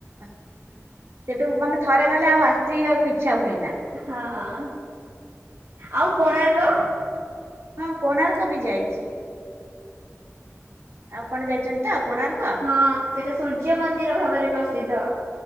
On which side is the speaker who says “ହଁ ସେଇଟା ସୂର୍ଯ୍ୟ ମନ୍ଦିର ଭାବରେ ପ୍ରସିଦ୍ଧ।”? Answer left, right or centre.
Right